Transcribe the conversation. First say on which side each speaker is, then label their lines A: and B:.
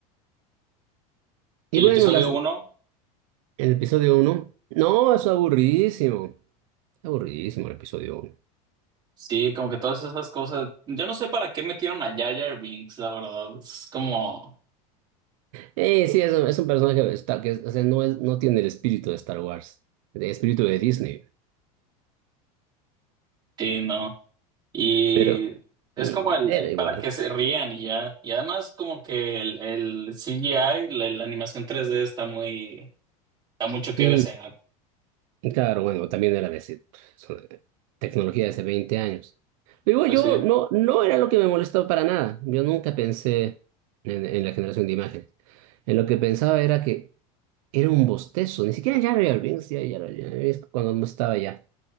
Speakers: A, on the right; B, on the right.
A: y
B: Y
A: el
B: bueno,
A: episodio
B: las,
A: uno,
B: el episodio uno, no, es aburridísimo. Aburridísimo el episodio 1.
A: sí, como que todas esas cosas. Yo no sé para qué metieron a Jar Jar Binks, la verdad. Es como,
B: Eh, sí, es un, es un personaje de Star, que es- o sea, no, es, no tiene el espíritu de Star Wars, el espíritu de Disney,
A: sí, no. Y
B: pero
A: es
B: mm,
A: como el,
B: era
A: eh,
B: igual.
A: para que se rían y ya. Y además como que el, el CGI, la, la animación tres d está muy, da mucho que
B: Mm,
A: desear.
B: claro, bueno, también era de, ese- so- tecnología de hace 20 años. Digo,
A: Pues
B: yo
A: sí,
B: no, no era lo que me molestó para nada. Yo nunca pensé en, en la generación de imágenes. En lo que pensaba era que era un bostezo, ni siquiera Jar Jar Binks, ya, ya, ya, es cuando no estaba ya.